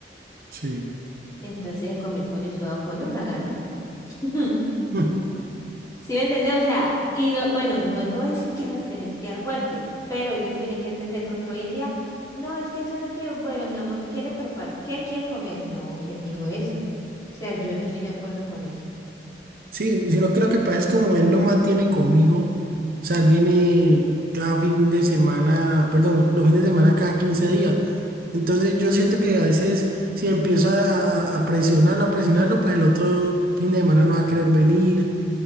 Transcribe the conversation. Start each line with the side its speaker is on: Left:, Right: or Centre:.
Right: Sí.
Left: Entonces se comió el pollo sudado con una gana. <laughs>
Right: <laughs>
Left: ¿Sí me entiendes? O sea, y no, bueno, no todo es que los tenés que dar fuerte, pero ellos tienen que entender, porque hoy en día, no, es que eso no quiero. Bueno, mi amor, ¿qué le preparo? ¿Qué quiere comer? No, ¿quién dijo eso? O sea, yo no estoy de acuerdo con eso.
Right: Sí, sino creo que pasa es como él no mantiene conmigo, o sea, él viene cada fin de semana, perdón, los fines de semana cada 15 días. Entonces yo siento que a veces si empiezo a, a- a presionarlo, a presionarlo, pues el otro fin de semana no va a querer venir,